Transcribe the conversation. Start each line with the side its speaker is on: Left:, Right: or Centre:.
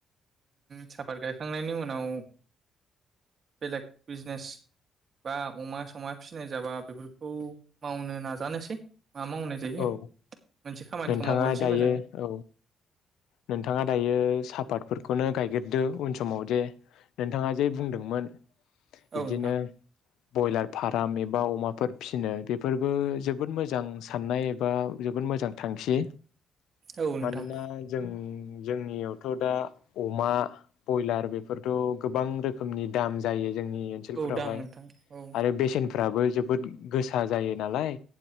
Right: साफात गायखांनायनि उनाव बेलेग बिजनेस बा अमा समा फिसिनाय जाबा बेफोरखौ मावनो नाजानोसै। मा मावनाय जायो
Left: औ
Right: मोनसे खामानिखौ
Left: नोंथाङा
Right: मावगोरनोसै
Left: दायो
Right: मोजाङै
Left: औ नोंथाङा दायो सापात फोरखौनो गायग्रोदो उन समाव जे नोंथाङा जे बुंदोंमोन
Right: औ
Left: इदिनो
Right: नोंथां
Left: ब्रयलार फार्म एबा अमाफोर फिसिनो बेफोरबो जोबोद मोजां साननाय एबा जोबोद मोजां थांखि।
Right: औ नोंथां
Left: मानोना जों जोंनियावथ' दा अमा बयलार बेफोरथ' गोबां रोखोमनि दाम जायो। जोंनि ओनसोलफोरावहाय
Right: औ दाम नोंथां औ
Left: आरो बेसेन फ्राबो जोबोद गोसा जायो नालाय।